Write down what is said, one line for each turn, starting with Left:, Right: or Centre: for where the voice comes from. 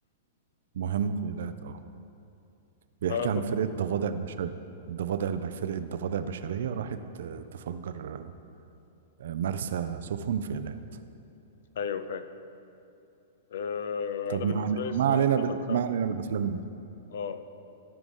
Right: مهم في ذات أه بيحكي
Left: فاخد
Right: عن فرقة ضفادع بشرية الضفادع الب- فرقة ضفادع بشرية راحت آه، تفجر آه، مرسى سفن في إيلات
Left: ايوه فاهم آه
Right: طب
Left: انا بالنسبة
Right: ما عل-
Left: لي الصراحة
Right: ما علينا بال...
Left: محمد سعد
Right: ما علينا بالأفلام دي
Left: اه